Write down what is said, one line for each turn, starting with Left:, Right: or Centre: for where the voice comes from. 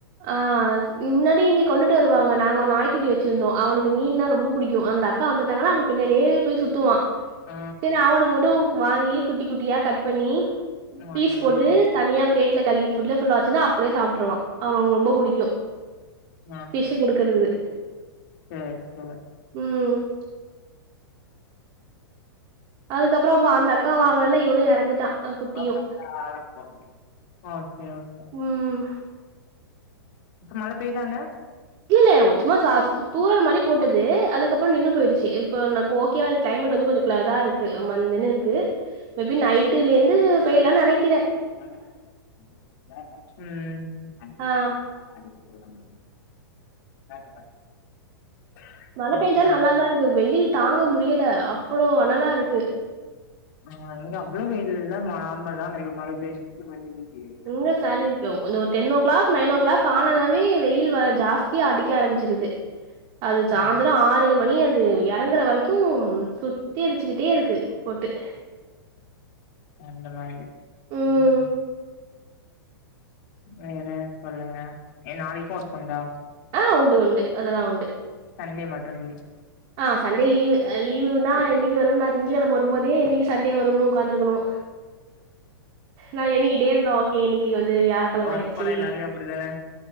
Right: ஆ முன்னாடி இங்க கொண்டுட்டு வருவாங்க நாங்க நாய்க்குட்டி வச்சிருந்தோ அவனுக்கு மீன்னா ரொம்ப புடிக்கூ அந்த அக்கா வந்துட்டாங்கன்னா அவுங்க பின்னாடியே போய் சுத்துவா
Left: ஆ
Right: செரினு அவனுக்கு மட்டு வாங்கி குட்டி குட்டியா கட் பண்ணி
Left: ஓ
Right: ஃபீஸ்
Left: அந்த
Right: போட்டு
Left: மாதிரி
Right: தனியா பிளேட்ல களி ஃபுல ஃபுல்லாச்சுன்னா அப்டியே சாப்டுருவா அவனுக்கு ரொம்ப புடிக்கூ
Left: ஆ
Right: ஃபிஷ் குடுக்கறது
Left: சேரி சேரி
Right: ம் அதுக்கப்றோ அப்ப அந்த அக்கா வாழல இவனு எறந்துட்டா குட்டியு
Left: <inaudible> ஓகே ஓகே
Right: ம்
Left: இப்ப மழ பெய்தாங்க
Right: இல்லல்ல ஒரு சும்மா சாஸ்ட் து தூறல் மாரி போட்டது அதுக்கப்பறோ நின்னு போயிடுச்சு இப்ப நப் ஓகேவா இருக் கிளைமேட் வந்து கொஞ்ச க்ள இதாருக் கு மந்தன்னுருக்கு மேபி நைட்டுலெர்ந்து பெய்யலான் நெனைக்
Left: ம் ம்
Right: ஆ
Left: <inaudible>
Right: மழ
Left: ஓகே
Right: பெஞ்சாலு நல்லா தா இருக்கு வெயில் தாங்க முடியல அவ்ளோ அனலாருக்கு
Left: ஆ இங்க அவ்ளோ வெயில் இல்ல ம நார்மலா நேத்து மழ பேஞ்சு <inaudible>
Right: இங்க <unintelligible> அந்த ஒரு டென்னோ கிளாக் நைனோ கிளாக் ஆனன்னாவே வெயில் வ ஜாஸ்தியா அடிக்க ஆரம் ச்சிருது அது சாய்ந்தரோ
Left: ஓ
Right: ஆறு மணி அது எறங்கற வரைக் கும் சுத்தி அடிச்சுகிட்டே இருக்கு போட்டு
Left: சோ அந்த மாரி
Right: ம்
Left: ம் வேற சொல்லுங்க ஏ நாளைக்கு ஒர்க் உண்டா
Right: ஆ உண்டு உண்டு அதெல்லா உண்டு
Left: சண்டே மட்டு லீவ்
Right: ஆ சண்டே லீவு அ லீவு தா என்னைக்கு வரு நா திங்ககெழம வரும்போதே என்னைக்கு சண்டே வருன்னு உக்காந்துருக்கணு நா எண்ணிக்கிட்டே இருப்பே ஓகே இன்னிக்கு வந்து வியாழக்கெழம
Left: ஒர்க்
Right: ஆயிடுச்சி
Left: போனா எல்லாருமே அப்டிதானே